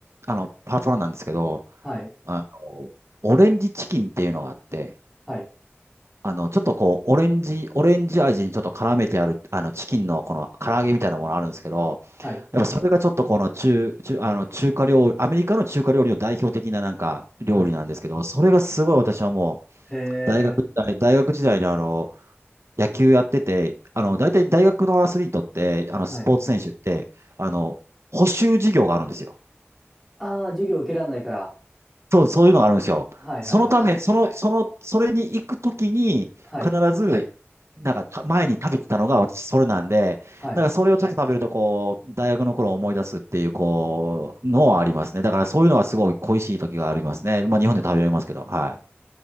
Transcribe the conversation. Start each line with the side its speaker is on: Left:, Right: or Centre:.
Right: あの、パラパラなんですけど、
Centre: はい、
Right: あの、オレンジチキンっていうのがあって、
Centre: はい、
Right: あの、ちょっとこう、オレンジ、オレンジ味にちょっと絡めてある、あの、チキンのこの唐揚げみたいなものあるんですけど、
Centre: はい、
Right: やっぱそれがちょっとこの中、中、あの、中華料理、アメリカの中華料理の代表的ななんか料理なんですけど、
Centre: はい。
Right: それがすごい私はもう、
Centre: へえ、
Right: 大学時代、大学時代にあの、野球やってて、あの、大体大学のアスリートって、あの、
Centre: はい。
Right: スポーツ選手って、あの、補習授業があるんですよ。
Centre: ああ、授業受けられないから。
Right: そう、そういうのがあるんですよ。
Centre: はい、
Right: そのたはめ、
Centre: はい、はい。
Right: はいその、はい。その、それに行くときに、
Centre: はい、
Right: 必はず、い。なんかた、前に食べてたのが私、それなんで、
Centre: はい。
Right: なんかそれをちょっはとい。食べると、こう、大学の頃を思い出すっていう、こう、のはありますね。だからそういうのはすごい恋しい時がありますね。まあ、日本で食べられますけど、はい。